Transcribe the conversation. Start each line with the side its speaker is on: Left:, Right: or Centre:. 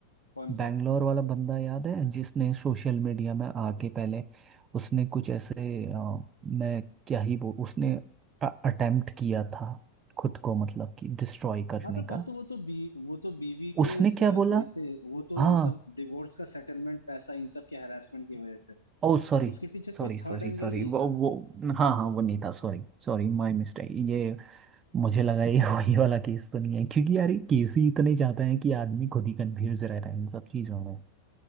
Left: कौन
Right: बैंगलोर
Left: सा
Right: वाला बंदा याद है जिसने सोशल मीडिया में आके पहले उसने कुछ ऐसे अ, मैं क्या ही बोल उसने अटेम्प्ट किया था खुद को मतलब कि डिस्ट्रॉय करने
Left: हाँ तो पर
Right: का
Left: तो वो तो बी वो तो बीवी के
Right: उसने क्या
Left: ज-
Right: बोला
Left: ये से वो तो
Right: हाँ
Left: मतलब डिवोर्स का सेटलमेंट पैसा इन सब के हरासमेंट की वजह से
Right: Oh sorry
Left: उसके पीछे
Right: Sorry
Left: कोई
Right: sorry
Left: थर्ड एंगल
Right: sorry
Left: नहीं
Right: वो
Left: था
Right: वो हाँ हाँ वो नहीं था सॉरी सॉरी माय मिस्टेक ये मुझे लगा ये <laughs> वही वाला केस तो नहीं है क्योंकि यार ये केस ही इतने ज़्यादा हैं कि आदमी खुद ही कंफ्यूज रह रहा है इन सब चीज़ों में